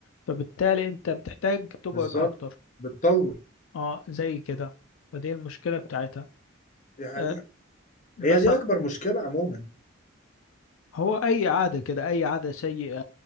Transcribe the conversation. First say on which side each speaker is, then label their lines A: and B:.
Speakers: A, on the left; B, on the left.
A: فبالتالي انت بتحتاج تقعد
B: بالظبط
A: اكتر
B: بتطول
A: اه زي كده فدي المشكله بتاعتها
B: دي حقيقة
A: آه، مثلا
B: هي دي اكبر مشكله عموما
A: هو أي عادة كده أي عادة سيئة